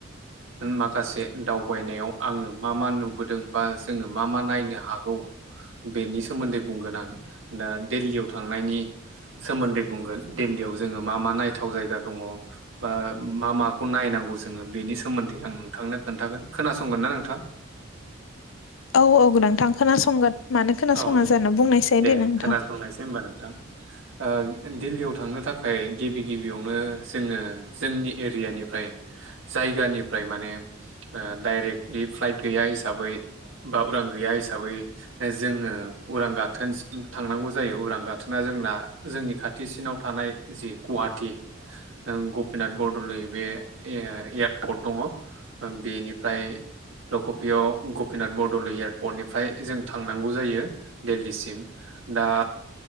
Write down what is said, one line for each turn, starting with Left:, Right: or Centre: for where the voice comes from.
Right: माखासे दावबायनायाव आङो मा मा नुबोदों बा जोङो मा मा नायनो हागौ बेनि सोमोन्दै बुंगोन आं दा दिल्लीयाव थांनायनि सोमोन्दै बुंगोन दिल्लीयाव जोङो मा मा नायथाव जायगा दङ बा मा माखौ नायनांगौ जोङो बेनि सोमोन्दै आं नोंथांनो खोन्थागोन खोनासंगोन ना नोंथां
Left: औ औ नोंथां खोनासंगोन मानो खोनासङा
Right: औ दे
Left: जा बुंनायसै दे नोंथां
Right: खोनासंनायसै होमबा नोंथां दिल्लीयाव थांनो थाखाय गिबि गिबियावनो जोङो जोंनि एरियानिफ्राय जायगानिफ्राय माने डाइरेक्टलि फ्लाइट गैया हिसाबै बा उरां गैया हिसाबै जोङो उरां गाथोन थांनांगौ जायो उरां गाथोना जोंना जोंनि खाथिसिनाव थानाय जि गुवाहाटी गपिनाथ बरद'लै बे एयारपर्ट दङ बेनिफ्राय लकपिय गपिनाथ बरदलै एयारपर्टनिफ्राय जों थां थांनांगौ जायो दिल्लीसिम दा